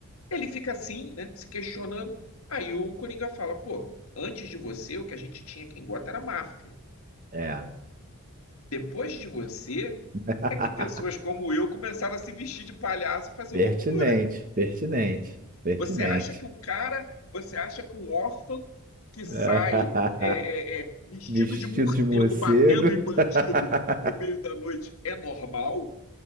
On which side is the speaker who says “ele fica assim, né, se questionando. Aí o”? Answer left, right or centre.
Left